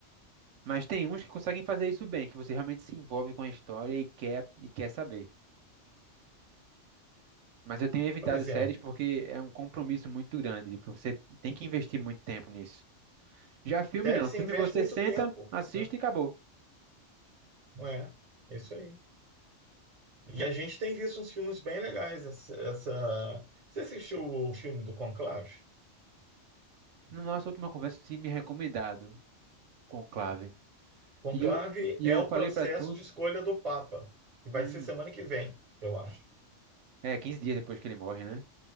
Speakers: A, on the right (about 75°); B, on the right (about 40°).
A: Mas tem uns que conseguem fazer isso bem, que você realmente se envolve com a história e quer e quer saber. Mas eu tenho evitado
B: Por exemplo,
A: séries porque é um compromisso muito grande, porque você tem que investir muito tempo nisso. Já filme
B: série
A: não,
B: você
A: filme
B: investe
A: você
B: muito
A: senta,
B: tempo,
A: assiste
B: né?
A: e acabou.
B: Não é? É isso aí. E a gente tem visto uns filmes bem legais. Essa, essa- Você assistiu o filme do Conclave?
A: Na nossa última conversa, você tinha me recomendado Conclave.
B: Conclave
A: E eu, e
B: é
A: eu
B: o
A: falei
B: processo
A: para tu,
B: de escolha do Papa, que vai
A: hum,
B: ser semana que vem, eu acho.
A: É, 15 dias depois que ele morre, né?